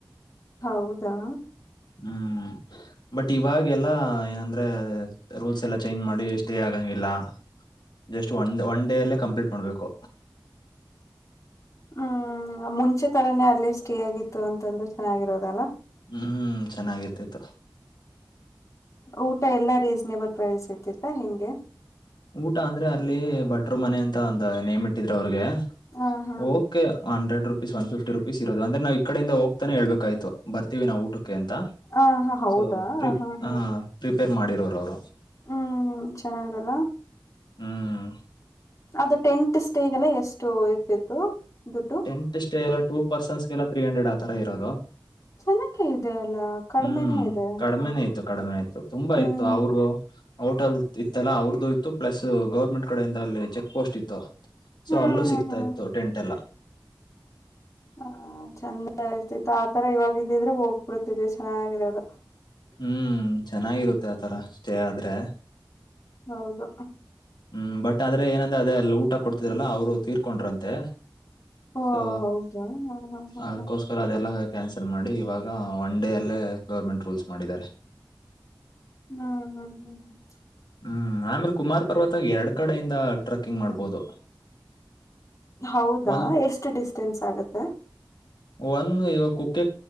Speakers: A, on the left (about 40°); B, on the left (about 65°).
A: ಹೌದಾ
B: ಹ್ಮ್ ಬಟ್ ಇವಾಗೆಲ್ಲಾ ಏನಂದ್ರೆ ರೂಲ್ಸ್ ಎಲ್ಲ ಚೇಂಜ್ ಮಾಡಿ ಸ್ಟೇ ಆಗಂಗಿಲ್ಲ ಜಸ್ಟ್ ಒನ್ ಒನ್ ಡೇ ಅಲ್ಲೇ ಕಂಪ್ಲೀಟ್ ಮಾಡ್ಬೇಕು
A: ಹ್ಮ್ ಮುಂಚೆ ತರಾನೇ ಅಲ್ಲೇ ಸ್ಟೇ ಆಗಿತ್ತು ಅಂತಂದ್ರೂ ಚೆನ್ನಾಗಿರೋದಲ್ಲ
B: ಹ್ಮ್ ಚೆನ್ನಾಗಿತಿತ್ತು
A: ಊಟ ಎಲ್ಲಾ ರೀಸನೇಬಲ್ ಪ್ರೈಸ್ ಇರ್ತಿತ್ತ ಹೆಂಗೆ
B: ಊಟ ಅಂದ್ರೆ ಅಲ್ಲಿ ಬಟ್ರು ಮನೆ ಅಂತ ಒಂದ ನೇಮ್ ಇಟ್ಟಿದ್ರ ಅವ್ರಿಗೆ
A: ಹ ಹಾ
B: okay hundred rupees one fifty rupees ಇರೋದ ಅದ್ರೆ ನಾವು ಈಡಿಂದ ಹೋಗ್ತಾನೆ ಹೇಳಬೇಕಾಗೀತ್ತು ಬರ್ತೀವಿ ನಾವು ಊಟಕ್ಕೆ ಅಂತಾ
A: ಆ ಹಾ ಹೌದಾ
B: ಸೊ
A: ಹಾ
B: ಪ್ರಿ
A: ಹಾ ಹಾ
B: ಆ ಪ್ರಿಪೇರ್ ಮಾಡಿರೋರು ಅವರು
A: ಹ್ಮ್ ಚೆನ್ನಾಗಿದಲ್ಲ
B: ಹ್ಮ್
A: ಅದು ಟೆಂಟ್ ಸ್ಟೇಗೆಲ್ಲ ಎಷ್ಟು ಇರ್ತಿತ್ತು ದುಡ್ಡು
B: ಟೆಟ್ ಸ್ಟೇ ಎಲ್ಲ ಟೂ ಪರ್ಸಟನ್ಸ ಎಲ್ಲಾ ತ್ರೀ ಹಂಡ್ರೆಡ್ ಆ ತರಾ ಇರೋದು
A: ಚೆನ್ನಾಗೆ ಇದೆ ಅಲ್ಲ ಕಡಿಮೆನೂ
B: ಹ್ಮ್
A: ಇದೆ
B: ಕಡಿಮೆನ
A: ಹಾ
B: ಇಯ್ತು ಕಡಿಮೆ ಆಯ್ತು ತುಂಬಾ
A: ಹ್ಮ್
B: ಇತ್ತು ಅವ್ರಿಗೂ ಹೋಟಲ್ ಇತ್ತಲ್ಲ ಅವ್ರದು ಇತ್ತು ಪ್ಲಸ್ ಗೌರ್ಮೆಂಟ್ ಕಡೆಯಿಂದ ಅಲ್ಲಿ ಚೆಕ್ ಪೋಸ್ಟ್ ಇತ್ತು ಸೊ
A: ಹ್ಮ್
B: ಅಲ್ಲೂ ಸಿಕ್ತಾ
A: ಹ್ಮ್ ಹ್ಮ್
B: ಇತ್ತು ಟೆಂಟ್ ಎಲ್ಲಾ
A: ಹ ಚಂದ ಇಯ್ತತ ಆತರ ಇವಾಗ ಇದ್ದಿದ್ರೆ ಹೋಗ್ಬಿಡ್ತಿದ್ವಿ ಚೆನ್ನಾಗಿದೆ ಅದು
B: ಹ್ಮ್ ಚೆನ್ನಾಗಿರುತ್ತೆ ಆತರಾ ಸ್ಟೇ ಆದ್ರೆ
A: ಹೌದು
B: ಹ್ಮ್ ಬಟ್ ಆದ್ರೆ ಏನಂದ್ರೆ ಅದೆಲ್ಲಾ ಊಟ ಕೊಡ್ತಿದ್ರಲ್ಲ ಅವ್ರು ತೀರ್ಕೊಂಡ್ರಂತೆ
A: ಓ
B: ಸೊ
A: ಹೌದಾ ಹಾ ಹಾ ಹಾ
B: ಅದಕೋಸ್
A: ಹಾ
B: ಸರ್ ಅದೆಲ್ಲ ಕ್ಯಾನ್ಸಲ್ ಮಾಡಿ ಇವಾಗ ಒನ್ ಡೇ ಅಲ್ಲೇ ಗೌರ್ಮೆಂಟ್ ರೂಲ್ಸ್ ಮಾಡಿದ್ದಾರೆ
A: ಹ್ಮ್ ಹ್ಮ್ ಹ್ಮ್ ಹ್ಮ
B: ಹ್ಮ್ ಆಮೇಲೆ ಕುಮಾರ್ ಪರ್ವತ ಎರಡ್ ಕಡೆಯಿಂದ ಟ್ರೆಕ್ಕಿಂಗ್ ಮಾಡ್ಬೋದು
A: ಹೌದಾ
B: ಒಂದ್
A: ಎಷ್ಟು ಡಿಸ್ಟೆನ್ಸ್ ಆಗತ್ತೆ
B: ಒಂದು ಇವಾಗ ಕುಕ್ಕೆ